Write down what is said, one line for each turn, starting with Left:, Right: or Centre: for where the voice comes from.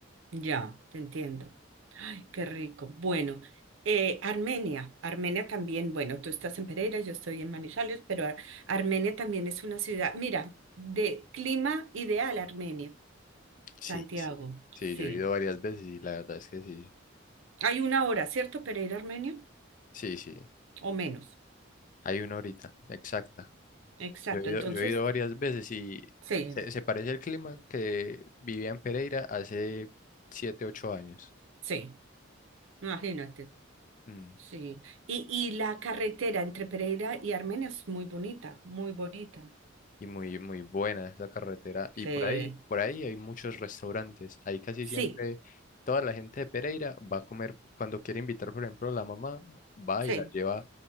Right: Ya, te entiendo. Ay, qué rico. Bueno, eh, Armenia. Armenia también, bueno, tú estás en Pereira, yo estoy en Manizales, pero Ar- Armenia también es una ciudad, mira, de clima ideal Armenia,
Left: Sí.
Right: Santiago.
Left: Sí, sí,
Right: Sí.
Left: yo he ido varias veces y la verdad es que sí,
Right: Hay una hora, ¿cierto, para ir a Armenia?
Left: sí, sí.
Right: O menos.
Left: Hay una horita exacta.
Right: Exacto.
Left: Yo he ido,
Right: Entonces,
Left: yo he ido varias veces y
Right: sí,
Left: se, se parece al clima que vivía en Pereira hace 7 8 años.
Right: sí, imagínate.
Left: Mm.
Right: Sí. Y, y la carretera entre Pereira y Armenia es muy bonita, muy bonita.
Left: Y muy, muy buena esa carretera.
Right: Sí,
Left: Y por ahí, por ahí hay muchos restaurantes. Ahí casi
Right: sí,
Left: siempre toda la gente de Pereira va a comer. Cuando quiere invitar, por ejemplo, la mamá, va
Right: sí.
Left: y la lleva